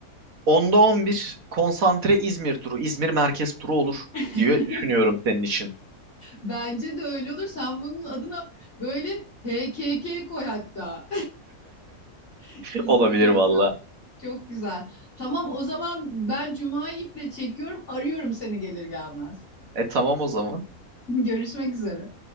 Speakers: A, on the right; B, on the left.
A: 10'da 11 konsantre İzmir turu, İzmir merkez turu olur
B: <laughs>
A: diye düşünüyorum senin için.
B: Bence de öyle olur. Sen bunun adına böyle HKK koy hatta. <laughs>
A: <laughs>
B: İzmir'e
A: Olabilir
B: özel.
A: valla.
B: Çok güzel. Tamam o zaman ben Cuma'yı iple çekiyorum. Arıyorum seni gelir gelmez.
A: E tamam o zaman.
B: <laughs> Görüşmek üzere.